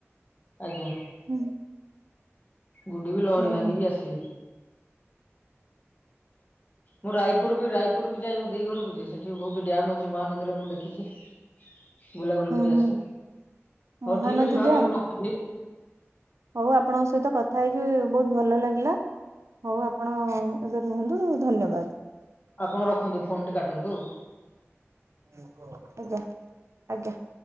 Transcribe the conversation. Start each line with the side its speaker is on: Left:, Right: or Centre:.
Left: ଆଜ୍ଞା
Right: ହୁଁ
Left: ବୁଡିବି ଲହଡି
Right: ହୁଁ
Left: ଭାଙ୍ଗିବି ଆସିବି। ମୁଁ ରାୟପୁର ବି ରାୟପୁର ବି ଯାଏ ମୁଁ ଦି ଘରକୁ ଯା ସେଠି ବି ବହୁତୁ ଡ୍ୟାମ୍ ଅଛି ମହାନଦୀରେ ମୁଁ ଦେଖିଚି ବୁଲାବୁଲି କରି
Right: ହୁଁ
Left: ଆସେ ହଉ
Right: ମହାନଦୀ
Left: ଠିକ୍ ଅଛି ଭାଉଜ
Right: ଡ୍ୟାମ୍
Left: ମୁଁ ରଖୁଚି।
Right: ହଉ ଆପଣଙ୍କ ସହିତ କଥା ହେଇକି ବହୁତ୍ ଭଲ ଲାଗିଲା ହଉ ଆପଣ ଏବେ ରୁହନ୍ତୁ ଧନ୍ୟବାଦ୍।
Left: ଆପଣ ରଖନ୍ତୁ ଫୋନ୍ ଟି କାଟନ୍ତୁ।
Right: ଆଜ୍ଞା ଆଜ୍ଞା।